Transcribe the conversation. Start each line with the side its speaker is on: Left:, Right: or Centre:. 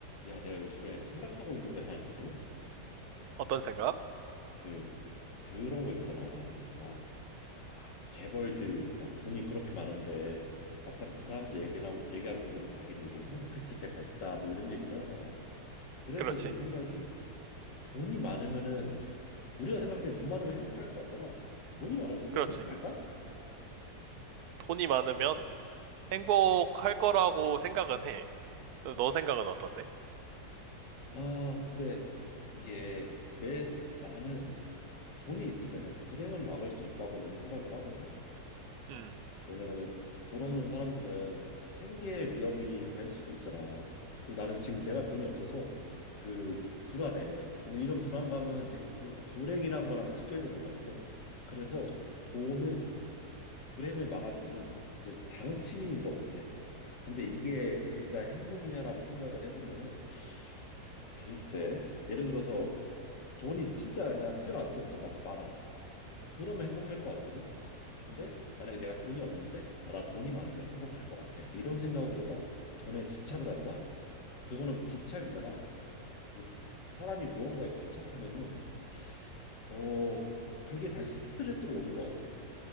Left: 야, 내가 요즘에 생각하고 있는 게 하나 있거든.
Right: 어떤 생각?
Left: 그 그런 거 있잖아. 막 막 재벌들 막 돈이 그렇게 많은데 막상 그 사람들 얘기나 얘기하는 거 보면 자기는 이제 행복했을 때가 없다 뭐 이런 얘기들 하잖아. 그래서
Right: 그렇지.
Left: 든 생각이 돈이 많으면은 우리가 생각하기엔 돈 많으면 행복할 것 같잖아. 돈이 많으면 진짜
Right: 그렇지.
Left: 행복할까?
Right: 돈이 많으면 행복할 거라고 생각은 해. 너 생각은 어떤데?
Left: 아, 근데 이게 내 나는 돈이 있으면은 불행은 막을 수 있다고는 생각을 하거든.
Right: 음,
Left: 왜냐면은 돈 없는 사람들은 생계의 위험이 갈 수도 있잖아. 그리고 나는 지금 내가 돈이 없어서 그 불안해. 근데 이런 불안감은 되게 불, 불행이란 거랑 직결되는 것 같아. 그래서 돈은 불행을 막아주는 이제 장치인 것 같아. 근데 이게 진짜 행복이냐라고 생각을 해보면은 글쎄, 예를 들어서 돈이 진짜 그냥 태어났을 때부터 막 많아. 그러면 행복할 것 같거든. 근데 만약에 내가 돈이 없는데 아, 나 돈이 많으면 행복할 것 같아. 이런 생각으로 막 돈에 집착을 한다? 그거는 집착이잖아. 그 사람이 무언가에 집착하면은 어 그게 다시 스트레스로 오는 것 같아.